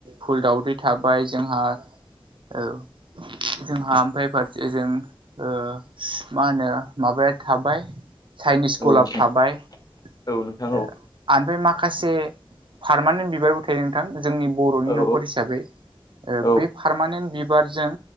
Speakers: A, on the right; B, on the left.
A: फुल दावदै थाबाय जोंहा औ जोंहा ओमफ्राय फारसे ओजों ओ मा होनो माबाया थाबाय चाइनिस
B: औ
A: गलाब
B: नोंथां
A: थाबाय ओ
B: औ नोंथां औ
A: आमफ्राय मा माखासे पार्मानेन्ट बिबारबो थायो नोंथां जोंनि बरनि
B: औ
A: नखर हिसाबै ओ
B: औ
A: बे पारमानेन्ट बिबारजों